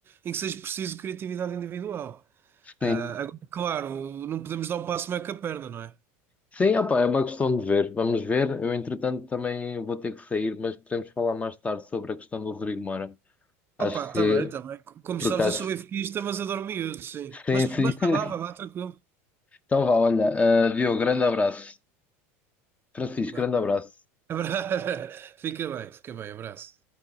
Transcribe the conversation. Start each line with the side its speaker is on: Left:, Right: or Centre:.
Right: em que seja preciso criatividade individual.
Left: Sim.
Right: Ah, agora, claro, não podemos dar um passo meio com a perna, não é?
Left: Sim, opá, é uma questão de ver. Vamos ver. Eu, entretanto, também vou ter que sair, mas podemos falar mais tarde sobre a questão do Rodrigo Moura. Acho
Right: Opa, está
Left: que,
Right: bem, está bem. Co- Como
Left: por
Right: sabes,
Left: acaso.
Right: eu sou benfiquista, mas adoro miúdos, sim.
Left: Sim,
Right: Mas,
Left: sim.
Right: mas
Left: <laughs>
Right: não vá, vá, vá, tranquilo.
Left: Então vá, olha. Uh, Diogo, grande abraço. Francisco,
Right: Vá.
Left: grande abraço.
Right: Abra- <laughs> Fica bem, fica bem, abraço.